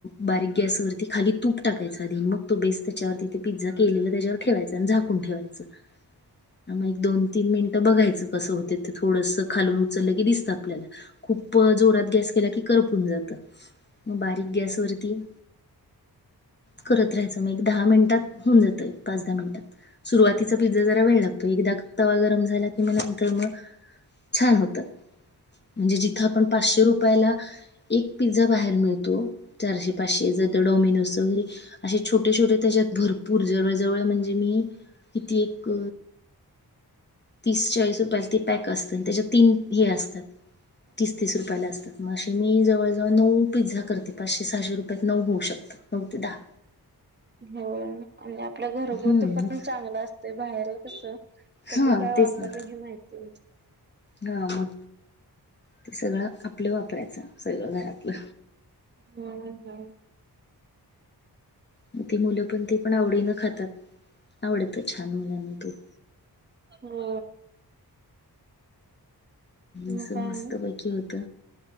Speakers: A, on the left (about 25°); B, on the right (about 25°).
A: बारीक गॅसवररती खाली तूप टाक यच आणि मग तो बेस त्याच्यावरती पिझ्झ केलेलं त्याच्यावर ठेवायचं आणि झाकून ठेवायचं. मग एक दोन तीन मिनिटं बघायचं कसं होते ते थोडसं. खालून उचललं की दिसत आपल्यला. खूप जोरात गॅस केला की करप पन <unintelligible> जातात. मग बारीक गॅस तर तीन करत राहायचं म दहा मिनटात होऊन जातय पाच दहा मिनटात सुरवातीचा पिझ्झा जरा वेळ लागतो. एकदा तवा गरम झाला कि नंतर मग छान होतात. म्हणजे जिथं आपण पाचशे रुपयाला एक पिझ्झा बाहेर मिळ तो चारशे पाचशे च त डोमिनोसचा असे छोटे छोटे त्याच्यात भरपूर जवळ जवळ म्हणजे मी किती एक तीस चाळीस रुपयाला ते पॅक असतं त्याच्या तीन हे असतात तीस तीस रुपयाला असतात म अशे मी जवळ ज नऊ पिझ्झा ते पाचशे सहाशे रुपयात नऊ होऊ शकतात नऊ ते दहा.
B: हो आणि आत. आपलं घरगोत
A: हम्म
B: <unintelligible> पण चांगलं असते बाहेरून. अससं. कधी
A: हा
B: काय वापरलं
A: तेच ना
B: हे माहितीे नई.
A: हा मग ते सगळं आपल्या वाप. वापरायच सगळं घरातलं.
B: हम्म हम्म.
A: मग ते मुलं पण ते पण आवडीनं खातात आवडीतं छान मुलांना ते.
B: हो. मग
A: अस
B: काय
A: मस्त
B: ना
A: पैकी होत.